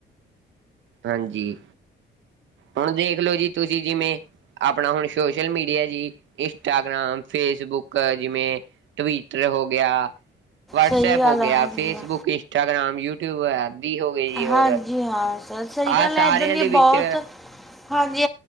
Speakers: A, on the right (about 70°); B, in the centre.
A: ਹਾਂਜੀ ਹੁਣ ਦੇਖਲੋ ਜੀ ਤੁਸੀਂ ਜਿਵੇ ਆਪਣਾ ਹੁਣ ਸੋਸ਼ਲ ਮੀਡੀਆ ਜੀ ਇੰਸਟਾਗ੍ਰਾਮ, ਫੇਸਬੁੱਕ ਜਿਵੇਂ ਟਵੀਟਰ ਹੋ ਗਿਆ। ਵਟਸਐਪ
B: ਸਹੀ ਗੱਲ
A: ਹੋ ਗਿਆ
B: ਆ ਹਾਂਜੀ
A: ਫੇਸਬੁੱਕ,
B: ਹਾਂ
A: ਇੰਸਟਾਗ੍ਰਾਮ, ਯੂਟਿਊਬ ਆਦਿ ਹੋ ਗਏ ਜੀ
B: ਹਾਂਜੀ
A: ਹੋਰ
B: ਹਾਂ ਸਰ ਸਈ
A: ਆਹ
B: ਗੱਲ
A: ਸਾਰਿਆਂ
B: ਐ ਇੱਦਾਂ ਦੀਆਂ
A: ਦੇ ਵਿੱਚ
B: ਬੋਹਤ ਹਾਂਜੀ